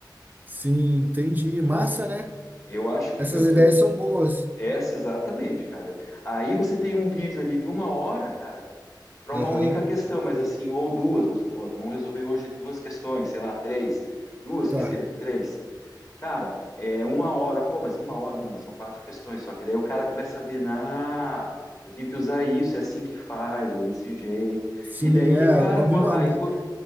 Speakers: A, on the right; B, on the left.
A: Sim, entendi. Massa,
B: entendeu?
A: né?
B: Eu acho que
A: Essas
B: eu,
A: ideias são boas.
B: Essa, exatamente, cara. Aí você tem um vídeo ali de uma hora, cara, para uma
A: Aham,
B: única questão, mas assim, ou duas, vamos supor, vamos resolver hoje duas questões, sei lá, três, duas
A: tá.
B: que sejam, três. Cara, é uma hora, pô, mas uma hora não, mas são quatro questões só, que daí o cara começa a ver, ah, eu tenho que usar isso, é assim que faz, é desse jeito.
A: Sim,
B: E daí,
A: é, alguma,
B: cara, co-
A: algu-
B: aí, co-